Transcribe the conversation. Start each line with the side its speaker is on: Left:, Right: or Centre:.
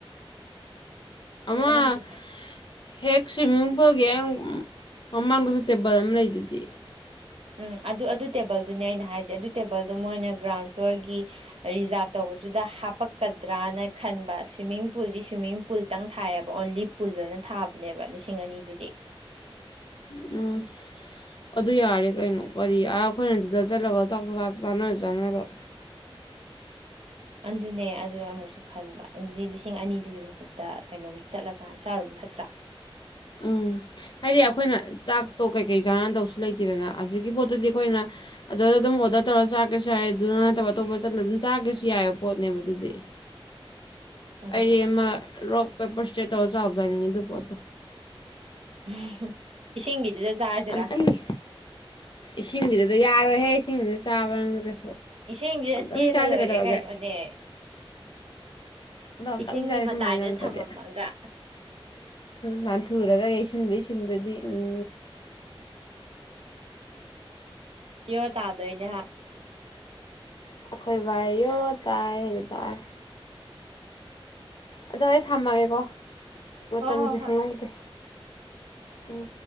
Right: ꯍꯪꯕꯅꯕꯨꯗꯤ
Left: ꯑꯃ
Right: ꯐꯩ
Left: ꯍꯦꯛ ꯁ꯭ꯋꯤꯃꯤꯡ ꯄꯨꯜꯒꯤ ꯑ ꯃꯃꯥꯡꯗꯁꯨ ꯇꯦꯕꯜ ꯑꯃ ꯂꯩꯗꯨꯗꯤ
Right: ꯎꯝ ꯑꯗꯨ ꯑꯗꯨ ꯇꯦꯕꯜꯗꯨꯅꯦ ꯑꯩꯅ ꯍꯥꯏꯁꯦ ꯑꯗꯨ ꯇꯦꯕꯜꯗꯣ ꯃꯣꯏꯅ ꯒ꯭ꯔꯥꯎꯟ ꯐ꯭ꯂꯣꯔꯒꯤ ꯔꯤꯖꯥꯚ ꯇꯧꯕꯗꯨꯗ ꯍꯥꯞꯄꯛꯀꯗ꯭ꯔꯅ ꯈꯟꯕ ꯁ꯭ꯋꯤꯝꯃꯤꯡ ꯄꯨꯜꯗꯤ ꯁ꯭ꯋꯤꯝꯃꯤꯡ ꯄꯨꯜꯇꯪ ꯊꯥꯏꯌꯦꯕ ꯑꯣꯟꯂꯤ ꯄꯨꯜ ꯂ ꯑꯣꯏꯅ ꯊꯥꯕꯅꯦꯕ ꯂꯤꯁꯤꯡ ꯑꯅꯤꯗꯨꯗꯤ
Left: ꯎꯝ ꯑꯗꯨ ꯌꯥꯔꯦ ꯀꯩꯅꯣ ꯀꯔꯤ ꯑꯥ ꯑꯩꯈꯣꯏꯅ ꯑꯗꯨꯗ ꯆꯠꯂꯒ ꯆꯥꯟꯅꯔ ꯆꯥꯟꯅꯔꯣꯏ
Right: ꯑꯗꯨꯅꯦ ꯑꯗꯨꯅ ꯑꯃꯨꯛꯁꯨ ꯈꯟꯕ ꯑꯗꯨꯗꯤ ꯂꯤꯁꯤꯡ ꯑꯅꯤꯗꯨꯒꯤ ꯃꯍꯨꯠꯇ ꯀꯩꯅꯣꯝꯗ ꯆꯠꯂꯀꯥꯟ ꯆꯥꯔꯨꯕ ꯐꯠꯇ꯭ꯔꯥ
Left: ꯎꯝ ꯍꯥꯏꯗꯤ ꯑꯩꯈꯣꯏꯅ ꯆꯥꯛꯇꯣ ꯀꯩꯀꯩ ꯆꯥꯅꯅꯗꯧꯁꯨ ꯂꯩꯇꯦꯗꯅ ꯑꯗꯨꯒꯤ ꯄꯣꯠꯇꯨꯗꯤ ꯑꯩꯈꯣꯏꯅ ꯑꯗꯨꯗ ꯑꯗꯨꯝ ꯑꯣꯔꯗꯔ ꯇꯧꯔꯒ ꯆꯥꯒ꯭ꯔꯁꯨ ꯌꯥꯏꯌꯦ ꯑꯗꯨꯅ ꯅꯠꯇꯕ ꯑꯇꯣꯞꯄ ꯆꯠꯂꯒ ꯑꯗꯨꯝ ꯆꯥꯒ꯭ꯔꯁꯨ ꯌꯥꯏꯑꯕ ꯄꯣꯠꯅꯦꯕ ꯑꯗꯨꯗꯤ
Right: ꯑꯗꯨꯅꯦ
Left: ꯑꯩ
Right: ꯍꯥꯏꯁꯦ
Left: ꯑꯃ ꯔꯣꯛ ꯄꯦꯄꯔ ꯏꯁꯇ꯭ꯔꯦꯠ ꯇꯧꯔꯒ ꯆꯥꯎꯕ ꯆꯥꯅꯤꯡꯉꯦ ꯑꯗꯨ ꯄꯣꯠꯇꯣ
Right: ꯎ ꯏꯁꯤꯡꯒꯤꯗꯨꯗ ꯆꯥꯁꯤꯔꯥ
Left: ꯑꯝꯇꯪꯗꯤ ꯏꯁꯤꯡꯒꯤꯗꯨꯗ ꯌꯥꯔꯣꯏꯍꯦ ꯏꯁꯤꯡꯁꯤꯗ ꯆꯥꯕ ꯅꯪꯗ ꯀꯩꯁꯨ
Right: ꯏꯁꯤꯡꯁꯤꯗ
Left: ꯑꯝꯇꯗꯝ
Right: ꯆꯦꯜꯂ
Left: ꯆꯥꯖꯦ
Right: ꯂꯣꯏꯔꯦ
Left: ꯀꯩꯗꯧꯔꯒꯦ
Right: ꯀꯩꯅꯣꯅꯦ
Left: ꯑꯗꯣ ꯑꯝꯇꯪ
Right: ꯏꯁꯤꯡꯒꯤ
Left: ꯆꯥꯁꯦ
Right: ꯃꯇꯥꯏꯗ
Left: ꯑꯗꯨꯃꯥꯏꯅ ꯑꯝꯇꯗꯤ
Right: ꯊꯝꯃꯝꯃꯒ
Left: ꯅꯥꯟꯊꯨꯔꯒ ꯌꯩꯁꯤꯟꯕꯩ ꯁꯤꯟꯗꯨꯗꯤ ꯎꯝ
Right: ꯌꯣ ꯇꯥꯗꯣꯏꯅꯦ ꯍꯥ
Left: ꯑꯩꯈꯣꯏ ꯚꯥꯏ ꯌꯣ ꯇꯥꯏ ꯍꯥꯢꯗꯣ ꯇꯥꯔꯦ ꯑꯗꯣ ꯑꯩ ꯊꯝꯃꯒꯦꯀꯣ ꯃꯇꯝꯁꯦ
Right: ꯍꯣ ꯍꯣ ꯍꯣꯏ
Left: ꯈꯪꯍꯧꯗꯦ ꯎꯝ